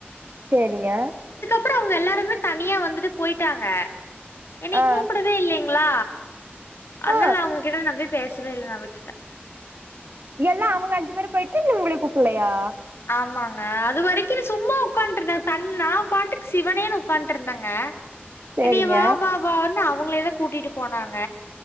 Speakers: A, on the right; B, on the left.
A: செரிங்க
B: அப்பறம் அவங்க எல்லாருமே தனியா வந்துட்டு போயிட்டாங்க என்ன
A: ஆ
B: கூப்படவே இல்லிக ங்களா அதாலாம்
A: ஆ
B: அவங்ககிட்ட ந <inaudible> பேசவே இல நான விட்டுட்டேன்
A: எல்லாம் அவங்க அஞ்சு பேர் போயிட்டு இருந்த உங்களுக்கு கூப்பள்ளயா
B: ஆமாங்க அது வரைக்கும் சும்மா உட்காட்டு இருந்தாங்க தன் பாட்டுக்கு சிவனேன்னு உட்காட்டு இருந்தேங்க
A: சேரிங்க
B: என் வா வா பா ஒ அவங்களதோ கூட்டிட்டு போனாங்க